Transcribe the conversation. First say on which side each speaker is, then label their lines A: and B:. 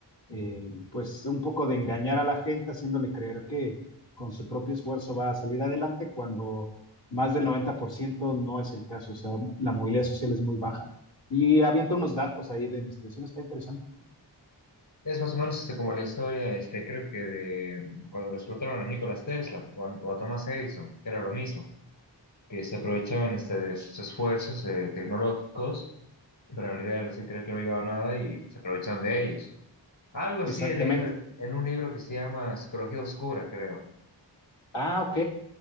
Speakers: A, on the left; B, on the left.
A: eh, pues un poco de engañar a la gente, haciéndole creer que con su propio esfuerzo va a salir adelante cuando más del 90% no es el caso, o sea, la movilidad social es muy baja. Y avienta unos datos ahí de investigación, está interesante.
B: Es más o menos este, como la historia, este, creo que de cuando lo explotaron a Nikola Tesla o a, o a Thomas Edison, que era lo mismo. que se aprovechaban este, de sus esfuerzos eh, tecnológicos, pero en realidad les hacían creer que no llegaba nada y se aprovechaban de ellos. Algo así
A: Exactamente.
B: he leído en un libro que se llama Psicología Oscura, creo.
A: Ah, ok.